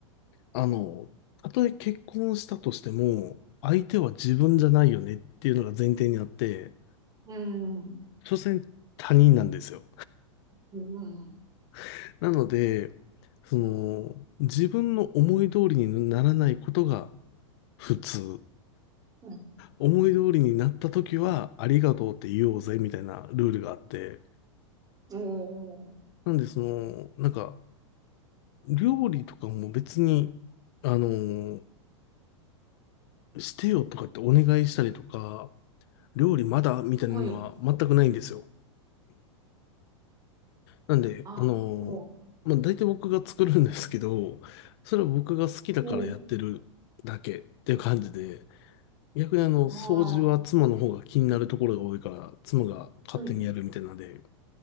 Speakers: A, on the left; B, on the right.
A: あの、たとえ結婚したとしても、相手は自分じゃないよねっていうのが前提にあって、
B: うん
A: 所詮他人なんですよ。
B: うんうん。
A: <laughs> なので、その、自分の思い通りにならないことが普通。
B: うん。
A: 思い通りになった時は、ありがとうって言おうぜ、みたいなルールがあって。
B: お
A: なんで、その、なんか、料理とかも別に、あの、してよとかってお願いしたりとか、料理まだみたいなのは全くないんですよ。
B: おはい。
A: なんで、
B: あ、
A: あの、
B: そ
A: まあ、大体僕が作るんですけど、それは僕が好きだからやってるだけっていう感じで、
B: う。はい。
A: 逆にあの、
B: ああ。
A: 掃除は妻の方が気になるところが多いから、妻が勝手にやるみたいなので、
B: はい。